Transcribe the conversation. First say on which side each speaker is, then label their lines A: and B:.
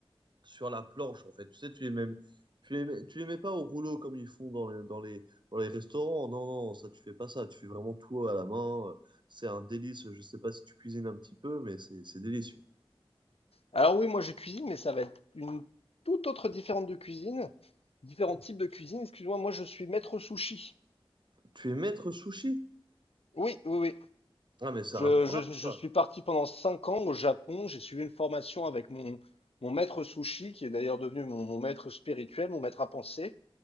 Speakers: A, on the right; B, on the left.
A: sur la planche, en fait. Tu sais, tu les mets, tu les mets, tu les mets pas au rouleau comme ils font dans les, dans les, dans les restaurants. Non, non, ça, tu fais pas ça. Tu fais vraiment tout à la main. C'est un délice. Je sais pas si tu cuisines un petit peu, mais c'est, c'est délicieux.
B: Alors oui, moi je cuisine, mais ça va être une toute autre différente de cuisine, différents types de cuisine. Excuse-moi, moi je suis maître sushi.
A: Tu es maître sushi?
B: Oui, oui, oui.
A: Ah, mais c'est
B: Je,
A: incroyable,
B: je, je
A: ça.
B: suis parti pendant cinq ans au Japon. J'ai suivi une formation avec mon, mon maître sushi, qui est d'ailleurs devenu mon, mon maître spirituel, mon maître à penser.